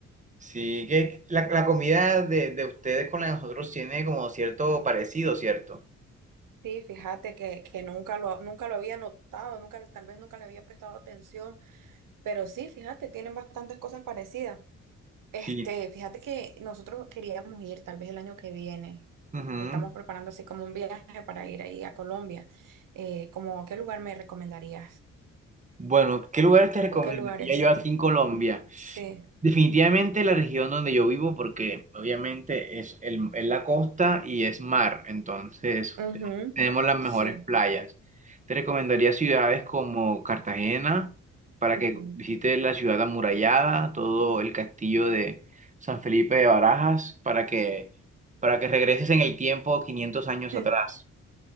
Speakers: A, on the right (about 20°); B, on the right (about 55°).
A: Sí, que la, la comida de, de ustedes con la de nosotros tiene como cierto parecido, ¿cierto?
B: Sí, fíjate que, que nunca lo, nunca lo había notado, nunca, tal vez nunca le había prestado atención, pero sí, fíjate, tienen bastantes cosas parecidas. Este,
A: Sí.
B: fíjate que nosotros queríamos ir tal vez el año que viene.
A: Ujú.
B: Estamos preparando así como un viaje para ir ahí a Colombia. Eh, como, ¿qué lugar me recomendarías?
A: Bueno, ¿qué lugar te recomendaría
B: ¿O qué lugares?
A: yo aquí en Colombia?
B: Sí.
A: Definitivamente la región donde yo vivo, porque obviamente es, el, es la costa y es mar, entonces
B: Ujú.
A: te- tenemos las mejores
B: Sí.
A: playas. Te recomendaría ciudades como Cartagena, para
B: Ujú.
A: que visites la ciudad amurallada, todo el castillo de San Felipe de Barajas, para que, para que regreses en el tiempo 500 años
B: <laughs>
A: atrás.